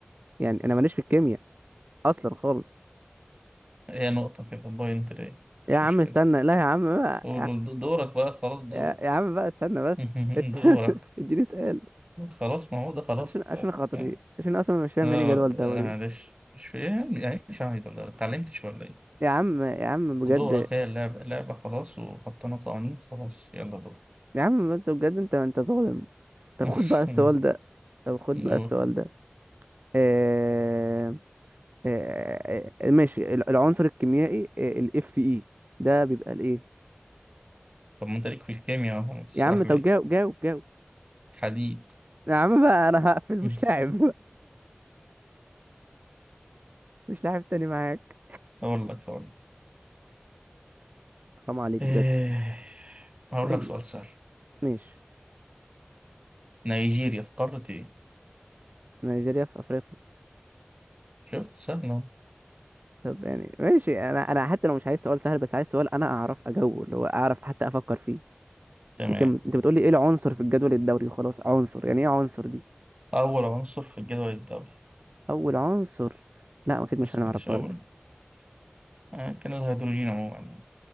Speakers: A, on the right (about 45°); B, on the right (about 25°).
A: يعني انا ماليش في الكيمياء اصلا خالص
B: هي نقطة كده بوينت ليه
A: يا
B: مش
A: عم
B: مشكلة
A: استنى لا يا عم بقى.
B: قول قول د- دورك بقى خلاص دورك
A: يا, يا عم بقى استنى بس
B: <laughs>
A: استنى
B: دورك
A: <laughs> اديني سؤال
B: خلاص ما هو ده خلاص
A: عشان عشان خاطري
B: يعني،
A: عشان اصلا مش فاهم
B: آه
A: يعني إيه جدول دوري
B: آه، معلش مش فاهم يعني مش عارف ولا اتعلمتش ولا إيه؟
A: يا عم يا عم بجد
B: دورك هي اللعبة اللعبة خلاص وحطينا قوانين خلاص يلا دورك
A: يا عم انت بجد انت انت ظالم طب
B: <laughs>
A: خد بقى السؤال ده طب خد
B: و-
A: بقى السؤال ده آه... آه... آه... آه، ماشي الع- العنصر الكيميائي الاف اي ده بيبقى الايه
B: طب ما انت ليك في الكيمياء اهو تسرح
A: يا عم طب
B: ليه
A: جاوب جاوب جاوب
B: حديد
A: يا عم بقى انا هقفل مش
B: <laughs>
A: لاعب <laughs> مش لاعب تاني معاك
B: اقول لك اقول لك
A: حرام عليك
B: إيه،
A: بجد
B: هقول
A: قول
B: لك سؤال
A: لي
B: سهل
A: ماشي
B: نيجيريا في قارة ايه؟
A: نيجيريا في افريقيا
B: شفت سهل أهو.
A: طب يعني ماشي انا انا حتى لو مش عايز سؤال سهل بس عايز سؤال انا اعرف اجاوبه اللي هو اعرف حتى افكر فيه
B: تمام
A: لكن انت بتقولي ايه العنصر في الجدول الدوري وخلاص عنصر يعني ايه عنصر دي
B: أول عنصر في الجدول الدوري
A: اول عنصر لا اكيد مش
B: ما سمعتش
A: هنعرف برضه
B: أول آه، كان الهيدروجين عموما يعني